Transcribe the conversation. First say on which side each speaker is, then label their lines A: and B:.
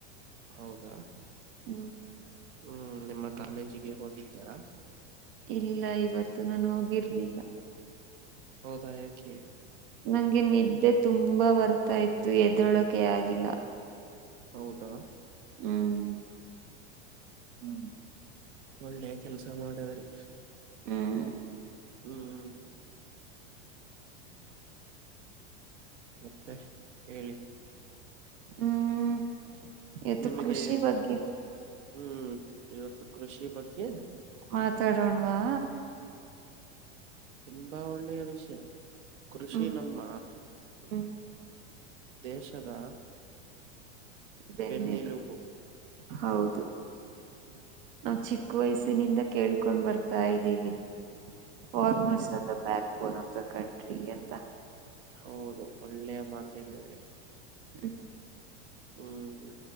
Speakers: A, on the right (about 80°); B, on the right (about 50°).
A: ಹೌದಾ.
B: ಹೂ
A: ಹ್ಮ್ ನಿಮ್ಮ ಕಾಲೇಜಿಗೆ ಹೋಗಿದ್ದರಾ.
B: ಇಲ್ಲ ಇವತ್ತು ನಾನು ಹೋಗಿರ್ಲಿಲ್ಲ.
A: ಹೌದಾ ಯಾಕೆ
B: ನಂಗೆ ನಿದ್ದೆ ತುಂಬಾ ಬರ್ತಾ ಇತತ್ತು ಎದೊಳಕೆ ಆಗಿಲ್ಲ
A: ಹೌದಾ
B: ಹ್ಮ್
A: ಹ್ಮ್ ಒಳ್ಳೆ ಕೆಲ್ಸ ಮಾಡದ್ರಿ
B: ಹ್ಮ್
A: ಹ್ಮ್್ಮ ಮತ್ತೆ ಹೇಳಿ
B: ಹ್ಮ್ ಇವತ್ತು
A: ನಿಮಗೆ
B: ಕೃಷಿ ಬಗ್ಗೆ
A: ಹ್ಮ್ ಇವತ್ತು ಕೃಷಿ ಬಗ್ಗೆ
B: ಮಾತಾಡೋಣ್ವಾ
A: ತುಂಬಾ ಒಳ್ಳೆಯ ವಿಷಯ ಕೃಷಿ
B: ಹ್ಮ್
A: ನಮ್ಮ
B: ಹ್ಮ್
A: ದೇಶದ
B: ಬೆನ್ನೆಲು
A: ಬೆನ್ನೆಲುಬು
B: ಹೌದು
A: ಹ್ಮ್
B: ನಾ್ ಚಿಕ್ಕ ವಯಸ್ಸಿನಿಂದ ಕೇಳ್ಕೊಂಡ್ ಬರ್ತವಿ ಹತಾ ಇದ್ದೀವಿ farmers
A: ಹೌದು
B: the backbone of the country ಅಂತ
A: ಹೌದು ಒಳ್ಳೆಯ ಮಾತು ಹೇಳಿದ್ರಿ
B: ಹ್ಮ
A: ಹ್ಮ್